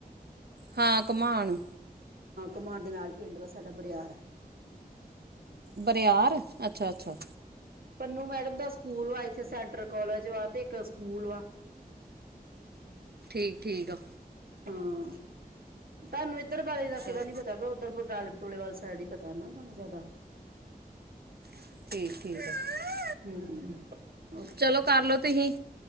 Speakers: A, on the right; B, on the right.
A: ਹਾਂ ਘਮਾਣ
B: ਘਮਾਣ ਦੇ ਨਾਲ ਈ ਪਿੰਡ ਵਾ ਸਾਡਾ ਬਰਿਆਰ
A: ਬਰਿਆਰ ਅੱਛਾ-ਅੱਛਾ
B: ਪਨੂੰ ਮੈਡਮ ਦਾ ਸਕੂਲ ਵਾ ਇੱਥੇ ਸੈਂਟਰ ਕ ਕੋਲਜ ਵਾ ਤੇ ਇੱਕ ਸਕੂਲ ਵਾ
A: ਠੀਕ ਠੀਕ ਅ
B: ਹਾਂ ਤੁਹਾਨੂ <unintelligible> ਇੱਧ ਬਾਰੇੇ ਦਾ
A: ਚਲ
B: ਕਿਤੇ ਨੀ ਪਤਾ ਗਾ ਉਧਰ <unintelligible> <unintelligible> ਈ ਪਤਾ ਨਾ ਤਾਂਨੂੰ ਜਾਦਾ
A: <unintelligible>
B: ਹੂੰ
A: ਚਲੋ ਕਰਲੋ ਤੁਹੀ